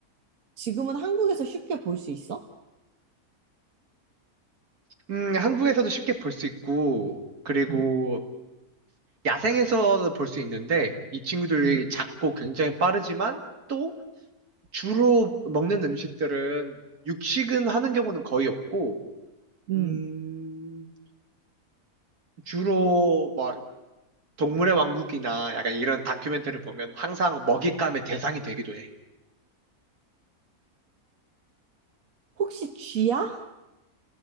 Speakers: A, on the right; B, on the right.
A: 지금은 한국에서 쉽게 볼 수 있어?
B: 음, 한국에서도 쉽게 볼 수 있고, 그리고
A: 음,
B: 야생에서도 볼 수 있는데, 이 친구들이
A: 음,
B: 작고 굉장히 빠르지만, 또 주로 먹는 음식들은 육식은 하는 경우는 거의 없고,
A: 음.
B: 음, 주로 막 동물의 왕국이나 약간 이런 다큐멘터리를 보면 항상 먹잇감의 대상이 되기도 해.
A: 혹시 쥐야?